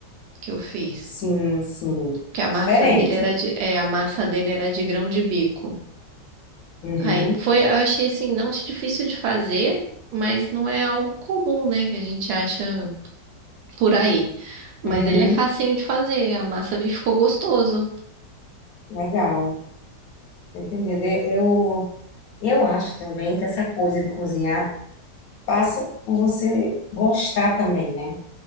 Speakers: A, on the right; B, on the left.
A: que eu fiz.
B: Sim, sim.
A: Que a massa
B: Diferente.
A: dele era de, é, a massa dele era de grão de bico.
B: Uhum,
A: Aí foi, eu achei assim, não achei difícil de fazer, mas não é algo comum, né? Que a gente acha por aí. Mas
B: uhum.
A: ele é facinho de fazer, a massa vi- ficou gostoso.
B: Legal. Tô entendendo. Eu, eu acho também que essa coisa de cozinhar passa por você gostar também, né?